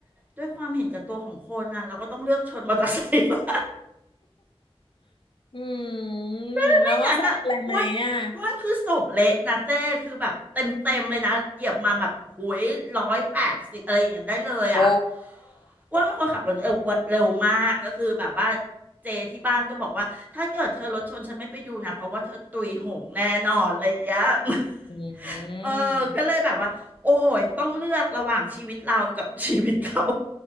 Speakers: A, on the right; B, on the left.
A: ด้วยความเห็นแก่ตัวของคนน่ะเราก็ต้องเลือกชนมอเตอร์ไซค์บ้าง
B: อืมแล้วมอสเป็นอะไรไหมอ่ะ
A: <laughs> ไม่งั้นอ่ะอ้วนอ้วนคือศพเละนะเจ้คือแบบเต็มเต็มเลยนะเหยียบมาแบบหุยร้อยแปดสิบอะไรอย่างเงี้ยได้เลยอ่ะ
B: โอ้
A: อ้วนเป็นคนขับรถเออเร็วมากก็คือแบบว่าเจที่บ้านก็บอกว่าถ้าเกิดเธอรถชนฉันไม่ไปดูนะเพราะว่าเธอตุยโหงแน่นอนอะไรอย่างเงี้ย <laughs>
B: อื
A: เออก็เลยแบบว่าโอ้ยต้องเลือกระหว่างชีวิตเรากับ
B: ม
A: <laughs> ชีวิตเขา